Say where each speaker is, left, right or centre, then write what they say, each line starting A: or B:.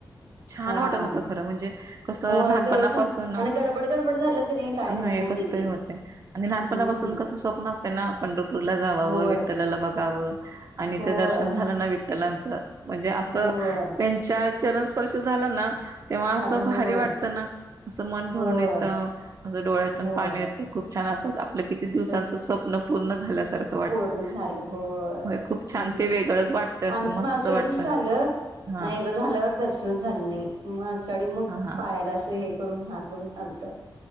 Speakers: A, on the right; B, on the right.
A: छान
B: हा
A: वाटतं होतं खरं म्हणजे कसं
B: होय
A: लहानपणापासून
B: तेवढंच आणि गडबड गडबड झालं तरी काय नको
A: नाही कसतरी
B: ते ते
A: होतंय आणि लहानपणापासून
B: हम्म
A: कसं स्वप्न असते ना पंढरपूरला जावाव
B: होय
A: विठ्ठलाला बघावं आणि
B: होय
A: ते दर्शन झालं ना विठ्ठलाच म्हणजे असं
B: होय
A: त्यांच्या चरण स्पर्श झाला ना तेव्हा
B: झालं
A: असं भारी
B: होय
A: वाटतं ना असं मन भरून
B: होय
A: येत त असं डोळ्यातून
B: होय
A: पाणी येतं खूप छान असं आपलं किती दिवसांचं
B: सगळं
A: स्वप्न पूर्ण झाल्यासारखं वाटतं.
B: पूर्ण झालं होय
A: खूप छान
B: हम्मं
A: ते वेगळंच वाटतं असं
B: आमचं
A: मस्त
B: मागच्या
A: वाटतं
B: वेळी कसं झालं
A: हा
B: नाही एकदा झाल्यावर दर्शनचं झालं नाही मग मागच्यावेळी मग
A: हा हा.
B: पायला असं हे दूरून हात लावून आलत